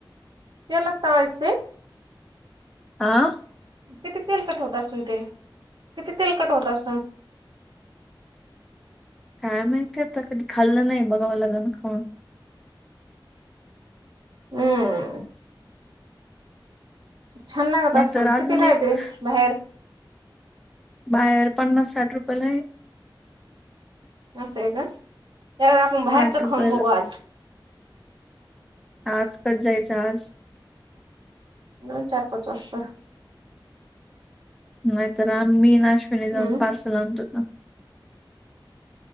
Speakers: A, on the right; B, in the centre.
A: त्याला तळायचे.
B: आह
A: किती तेल कट होत असेल ते, किती तेल कट होत असम्.
B: काय माहितीय आता कधी खाल्लं नाही बघावं लागे ना खाऊन.
A: हम् छान लागत
B: नाहीतर
A: असून
B: अजून
A: किती नाही
B: एक
A: ते बाहेर
B: बाहेर पन्नास साठ रुपयाला आहे.
A: अस स का आपण भायच
B: साठ रुपयाला
A: खान बघू आज,
B: आज कस जायचं आज
A: दोन चार पाच वाजता.
B: नाही तर आम मी नाश्नी
A: हम्म
B: जाऊन पार्ल आणतो ना.